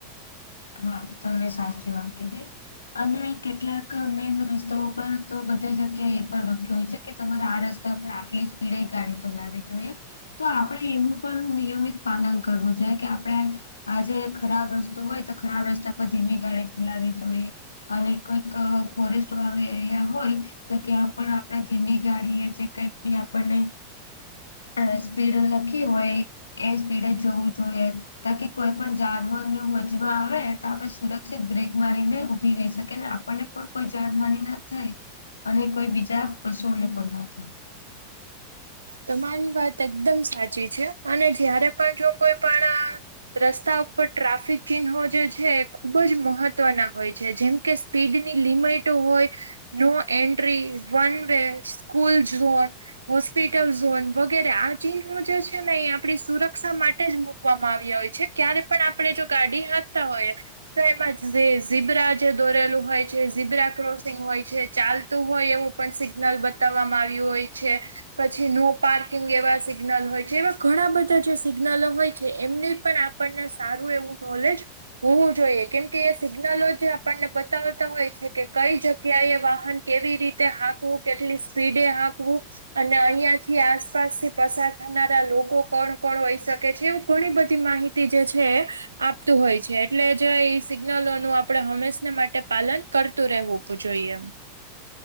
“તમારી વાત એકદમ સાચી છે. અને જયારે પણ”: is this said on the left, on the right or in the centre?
Right